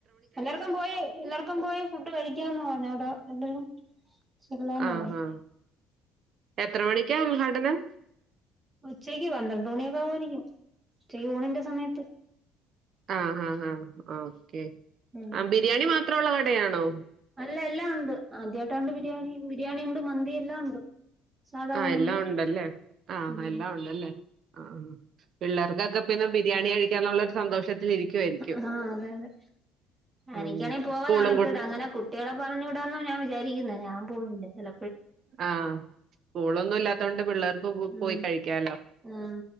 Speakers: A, on the right; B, on the right.
A: എല്ലാർക്കും പോയി എല്ലാർക്കും പോയി ഫുഡ് കഴിക്കാന്ന് പറഞ്ഞോടോ എല്ലാരും ചെല്ലാൻ
B: ആഹാ
A: പറഞ്ഞു
B: എത്ര മണിക്കാ ഉദ്ഘാടനം
A: ഉച്ചക്ക് പന്ത്രണ്ട് മണിയൊക്കെ ആവുവായിരിക്കും ഉച്ചയൂണിന്റെ സമയത്ത്
B: ആഹ് ആഹ് ആഹ് ഓക്കേ
A: ഉം
B: ആ ബിരിയാണി മാത്രവുള്ള കടയാണോ
A: അല്ല എല്ലാം ഉണ്ട് ആദ്യയിട്ടായോണ്ട് ബിരിയാണി ബിരിയാണി ഉണ്ട് മന്തി എല്ലാം ഉണ്ട് സാധാ
B: ആ
A: ഊണുണ്ട്
B: എല്ലാം ഉണ്ടല്ലേ ആ
A: ഉം
B: എല്ലാം ഉണ്ടല്ലേ ആ പിള്ളേർക്കൊക്കെ പിന്നെ ബിരിയാണി കഴിക്കാനുള്ളരു സന്തോഷത്തിലിരിക്കുവാരിക്കും
A: ആ അതെ അതെ എനിക്കാണെ
B: ഉം
A: പോവാൻനാണക്കേടാ
B: സ്കൂളും
A: അങ്ങനെ കുട്ടികളെ പറഞ്ഞു വിടാന്നാ ഞാൻ വിചാരിക്കുന്നേ ഞാൻ പോകുന്നില്ല ചില
B: ആ സ്കൂളൊന്നും ഇല്ലാത്തോണ്ട് പിള്ളേർക്ക് പോയി
A: ഉം
B: കഴിക്കാലോ
A: ഉം